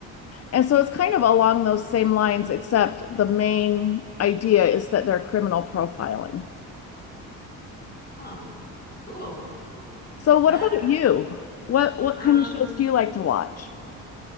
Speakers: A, on the left (about 40°); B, on the left (about 25°).
A: And so it's kind of along those same lines, except the main idea is that they're criminal profiling.
B: Huh. Cool.
A: So what
B: That
A: about you?
B: is,
A: What what
B: um,
A: kind of shows do you like to watch?